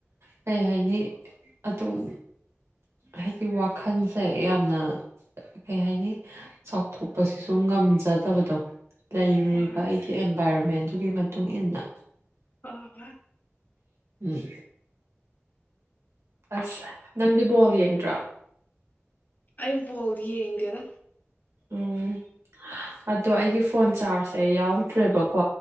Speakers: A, on the right; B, on the left.
A: ꯀꯩ ꯍꯥꯏꯅꯤ ꯑꯗꯨꯝ ꯍꯥꯏꯗꯤ ꯋꯥꯈꯜꯁꯦ ꯌꯥꯝꯅ ꯀꯩ ꯍꯥꯏꯅꯤ ꯆꯥꯎꯊꯣꯛꯄꯁꯤꯁꯨ ꯉꯝꯖꯗꯕꯗꯣ ꯂꯩꯔꯨꯔꯤꯕ
B: ꯍꯣꯏ
A: ꯑꯩꯒꯤ ꯑꯦꯟꯚꯥꯏꯔꯣꯟꯃꯦꯟꯗꯨꯒꯤ ꯃꯇꯨꯡ ꯏꯟꯅ
B: ꯍꯣꯏ ꯍꯣꯏ
A: ꯎꯝ ꯑꯁ ꯅꯪꯗꯤ ꯕꯣꯜ ꯌꯦꯡꯗ꯭ꯔꯣ
B: ꯑꯩ ꯕꯣꯜ ꯌꯦꯡꯗꯦꯗ
A: ꯎꯝ ꯑꯗꯣ ꯑꯩꯒꯤ ꯐꯣꯟ ꯆꯥꯔꯖꯁꯦ ꯑꯩ ꯌꯥꯎꯗ꯭ꯔꯦꯕꯀꯣ